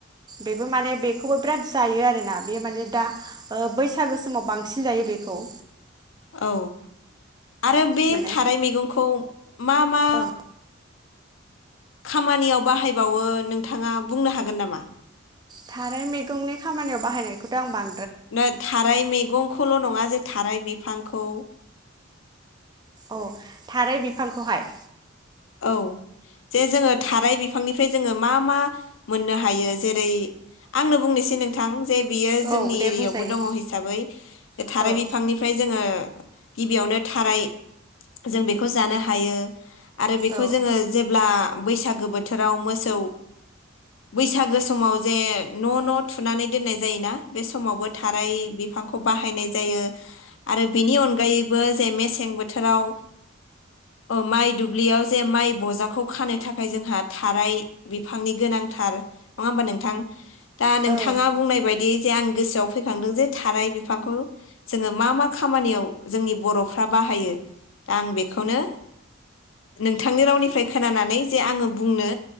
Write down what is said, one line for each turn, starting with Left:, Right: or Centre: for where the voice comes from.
Right: बेबो माने बेखौबो बिराद जायो आरोना बे माने दा ओ बैसागो समाव बांसिन जायो बेखौ।
Left: औ। आरो बे
Right: माने
Left: थाराय मैगंखौ मा मा
Right: औ
Left: खामानियाव बाहायबावो नोंथाङा बुंनो हागोन नामा?
Right: थाराय मैगंनि खामानियाव बाहायनायखौथ' आं बां
Left: नो थाराय मैगंखौल' नङा जे थाराय बि फांखौ
Right: औ थाराय बिफांखौहाय
Left: औ जे जोङो थाराय बिफांनिफ्राय जोङो मा मा मोननो हायो जेरै आंनो बुंनोसै नोंथां जे बियो जोंनि
Right: औ दे
Left: एरियायावबो
Right: बुंजायो
Left: दङ' हिसाबै थाराय
Right: औ
Left: बिफांनिफ्राय जोङो गिबियावनो थाराय जों बेखौ जानो हायो आरो बेखौ
Right: औ
Left: जोङो जेब्ला बैसागो बोथोराव मोसौ बैसा गो समाव
Right: बैसागो न' थुनानै दोननाय जायोना जोंनियावबो थाराय अ
Left: जे न 'न' थुनानै दोननाय जायो ना? बे समावबो थाराय बिफांखौ बाहायनाय जायो आरो बिनि अनगायैबो जे मेसें बोथोराव ओ माइ दु ब्लियाव जे माइ बजाखौ खानो था खाय जोंहा थाराय बिफांनि गोनां थार नङा होमबा नोंथां? दा नोंथाङा
Right: बेखौनो नोंथांनि रावनिफ्राय खोनानानै जे आङो बुंनो
Left: बुंनाय बायदि जे आं गोसोआव फैखांदों जे थाराय बिफांखौ जोङो मा मा खामानियाव जोंनि बर'फ्रा बाहायो? दा आं बे खौनो नोंथांनि रावनिफ्राय खोनानानै जे आङो बुंनो